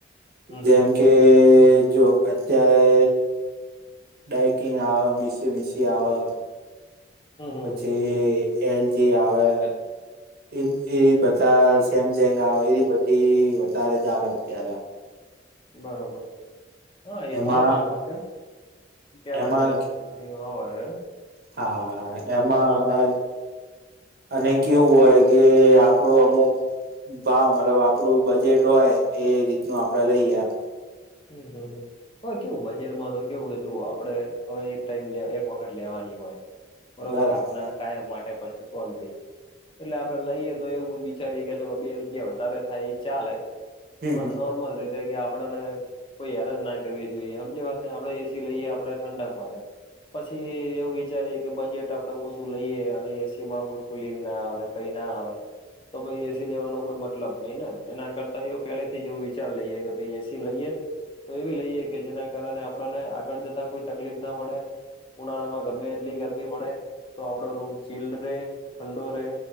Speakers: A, on the left (about 30°); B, on the right (about 55°).
A: હમ
B: જેમ કે જો અત્યારે ડાયકિંગ આવે, મીસી મીસી આવે.
A: હમ
B: પછી
A: હમ હમ
B: એલજી આવે. એ એ બધા સેમસેંગ આવે, એવી બધી વધારે ચાલે અત્યારે
A: બરોબર. હા, એ
B: એમાં
A: તો સાચી વાત છે, કે અલગ
B: એમાં
A: અલગ ની હો હશે
B: હા એમાં
A: અલગ
B: અને અને કેવું હોય કે આપણો અમુક ભાવ મતલબ આપણું બજેટ હોય એ રીતનું આપણે લઈએ એમ
A: હમ હમ હમ. હ કેવું? બજેટમાં તો કેવું હ તું આપે હવે, એક ટાઈમ એક વખત લેવાની હોય. બરોબર.
B: બરાબર
A: અને કાયમ માટે પછી શાંતિ. એટલે આપણે લઈએ તો એવું જ વિચારીએ કે ચલો બે રૂપિયા વધારે થાય એ ચાલે
B: હમ
A: પણ
B: હમ
A: નોર્મલ રીતે કે આપણને કોઈ હેરાનના કરવી. જોઈએ એમ જે વાત આપડે એસી લઈએ, આપણે ઠંડક માટે પછી એવું વિચારીએ કે બજેટ આપણે ઓછું લઈએ અને એસીમાં પણ કુલિંગ ના આવે કઈ ના આવે, તો પછી એસી લેવાનો કોઈ મતલબ નહી ને એના કરતા એ પેલેથી એવું વિચાર લઈએ કે ભાઈ એસી લઈએ? તો એવી લઈએ કે જેના કારણે આપણને આગળ જતા કોઈ તકલીફના પડે ઉનાળામાં ગમે એટલી ગરમી પડે તો આપણો રૂમ ચીલ રે, ઠંડો રે